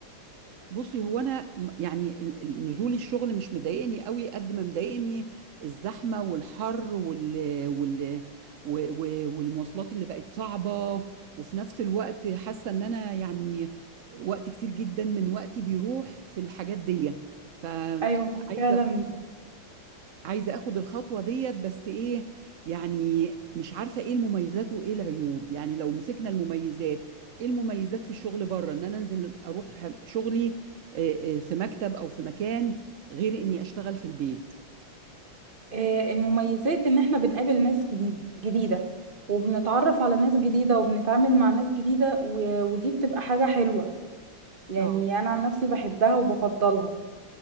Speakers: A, on the right (about 90°); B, on the right (about 30°).
A: بصي هو انا م- يعني ال- ال- نزول الشغل مش مضايقني قوي قد ما مضايقني الزحمه والحر وال وال و- و- والمواصلات اللي بقت صعبه وفي نفس الوقت حاسه ان انا يعني وقت كتير جدا من وقتي بيروح في الحاجات دي مم. فعايزه
B: ايوه فعلا
A: عايزة اخد الخطوة ديت بس ايه يعني مش عارفة ايه المميزات وايه العيوب يعني لو مسكنا المميزات ايه المميزات في الشغل بره ان انا انزل اروح شغلي آه، آه، في مكتب او في مكان غير اني اشتغل في البيت
B: آه، المميزات ان احنا بنقابل ناس جديد جديدة وبنتعرف على ناس جديدة وبنتعامل مع ناس جديدة و- ودي بتبقى حاجة حلوة يعني
A: اه
B: انا عن نفسي بحبها وبفضلها